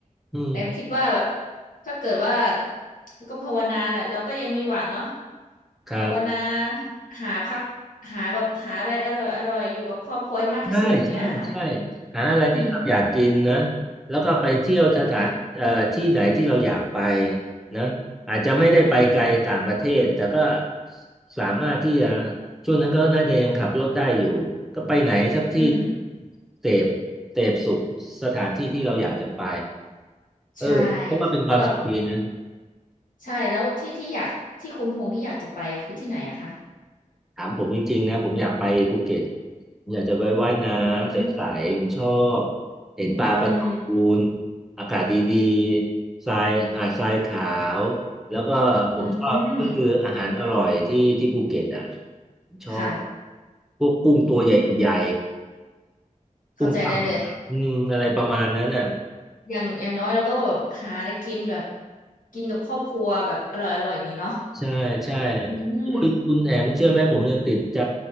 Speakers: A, in the centre; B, on the left.
A: อืม
B: แต่คิดว่าแบบถ้าเกิดว่าก็ภาวนาแหละเราก็ยังมีหวังเนาะ
A: ครับ
B: ภาวนาหาพักหาแบบหาอะไรอร่อยอร่อยอยู่กับครอบครัวให้มากที่สุดเนี้ยค่ะ
A: ใช่ใช่ใช่หาอะไรที่เราอยากกินนะ
B: อืม
A: แล้วก็ไปเที่ยวสถานเอ่อที่ไหนที่เราอยากไป
B: ใช่
A: นะอาจจะไม่ได้ไปไกลต่างประเทศแต่ก็สามารถที่จะช่วงนั้นก็น่าจะยังขับรถได้อยู่ก็ไปไหนสักที่
B: อืม
A: เสพเสพสุขสถานที่ที่เราอยากจะไปเออเพราะว่าเป็นความสุขดีนะ
B: ใช่แล้วแบบใช่แล้วที่ที่อยากที่คุณพงษ์ที่อยากจะไปอะคือที่ไหนอะคะ
A: ถามผมจริงๆนะผมอยากไปภูเก็ตผมอยากจะไปว่ายน้ำใสๆผมชอบ
B: อืม
A: เห็นปลาการะตูน
B: อืม
A: อากาศดีๆทรายหาดทรายขาวแล้วก็ผมชอบก็คืออาหารอร่อยที่ที่ภูเก็ตอ่ะ
B: อืม
A: ผมชอบ
B: ค่ะ
A: พวกกุ้งตัวใหญ่
B: อืม
A: ๆกุ้งปัง
B: เข้าใจได้เลย
A: อืมอะไรประมาณนั้นอ่ะ
B: อย่างอย่างน้อยเราก็แบบหาอะไรกินแบบกินกับครอบครัวแบบอร่อยอร่อยอย่างนี้เนาะ
A: ใช่ใช่
B: อืม
A: โอ้ยคุณแอมเชื่อไหมผมยังติดใจ